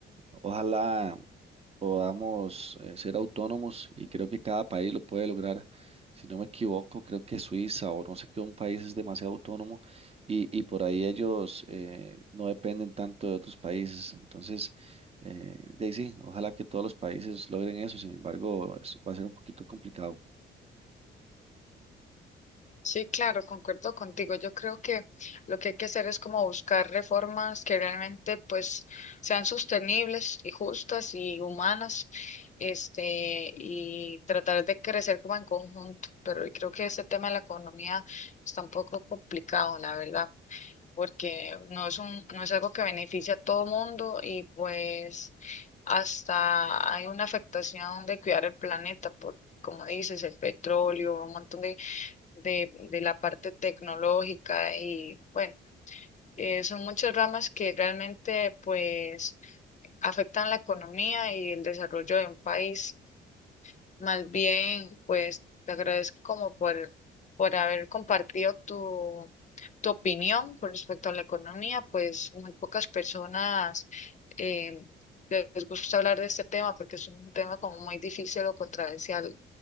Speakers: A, on the right; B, on the left.
A: Ojalá podamos eh, ser autónomos y creo que cada país lo puede lograr. Si no me equivoco, creo que Suiza o no sé qué un país es demasiado autónomo y, y por ahí ellos eh, no dependen tanto de otros países. Entonces, eh, de ahí sí, ojalá que todos los países logren eso. Sin embargo, es- va a ser un poquito complicado.
B: Sí, claro, concuerdo contigo. Yo creo que lo que hay que hacer es como buscar reformas que realmente pues sean sostenibles y justas y humanas, este, y tratar de crecer como en conjunto. Pero yo creo que este tema de la economía está un poco complicado, la verdad, porque no es un, no es algo que beneficia a todo mundo y pues hasta hay una afectación de cuidar el planeta por, como dices, el petróleo, un montón de de, de la parte tecnológica y bueno, eh, son muchas ramas que realmente pues afectan la economía y el desarrollo de un país. Más bien, pues te agradezco como por, por haber compartido tu, tu opinión con respecto a la economía, pues muy pocas personas eh, les gusta hablar de este tema porque es un tema como muy difícil o controversial.